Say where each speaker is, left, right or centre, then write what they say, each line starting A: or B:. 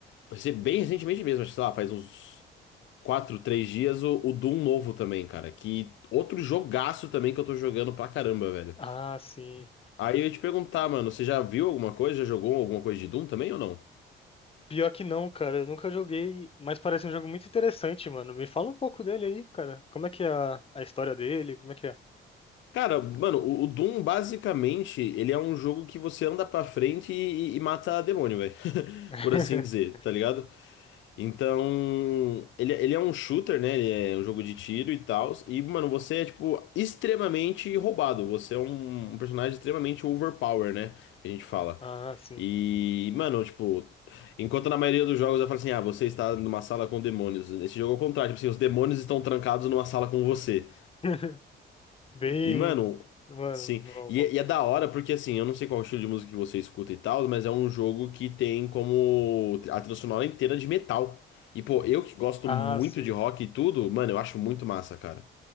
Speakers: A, on the left; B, on the left.
A: Vai ser bem recentemente mesmo, acho que, sei lá, faz uns. Quatro, três dias, o, o Doom novo também, cara. Que outro jogaço também que eu tô jogando pra caramba, velho.
B: Ah, sim.
A: Aí eu ia te perguntar, mano, você já viu alguma coisa? Já jogou alguma coisa de Doom também ou não?
B: Pior que não, cara. Eu nunca joguei, mas parece um jogo muito interessante, mano. Me fala um pouco dele aí, cara. Como é que é a, a história dele? Como é que é?
A: Cara, mano, o, o Doom basicamente ele é um jogo que você anda pra frente e, e- e mata demônio, velho. <laughs>
B: <laughs>
A: Por assim dizer, tá ligado? Então, ele, ele é um shooter, né? Ele é um jogo de tiro e tal. E, mano, você é, tipo, extremamente roubado. Você é um um personagem extremamente overpower, né? Que a gente fala.
B: Ah, sim.
A: E, mano, tipo, enquanto na maioria dos jogos eu falo assim, ah, você está numa sala com demônios. Nesse jogo é o contrário, tipo assim, os demônios estão trancados numa sala com você.
B: <laughs> Bem.
A: E, mano,
B: Mano,
A: sim.
B: bom,
A: E,
B: bom.
A: é e é da hora porque, assim, eu não sei qual é o estilo de música que você escuta e tal, mas é um jogo que tem como a trilha sonora inteira de metal. E, pô, eu que gosto
B: Ah,
A: muito
B: sei.
A: de rock e tudo, mano, eu acho muito massa, cara.